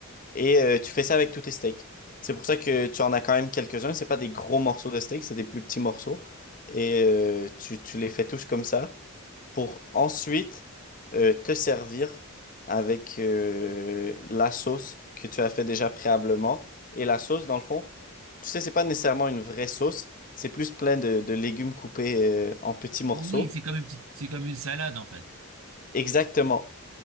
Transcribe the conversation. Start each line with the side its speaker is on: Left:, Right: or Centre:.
Left: Et euh, tu fais ça avec tous tes steaks. C'est pour ça que tu en as quand même quelques-uns. C'est pas des gros morceaux de steak, c'est des plus petits morceaux. Et euh, tu, tu les fais tous comme ça pour ensuite euh, te servir avec euh, la sauce que tu as fait déjà préalablement. Et la sauce, dans le fond, tu sais, c'est pas nécessairement une vraie sauce, c'est plus plein de, de légumes coupés euh, en petits morceaux.
Right: Oui, c'est comme une petite, c'est comme une salade en fait.
Left: Exactement.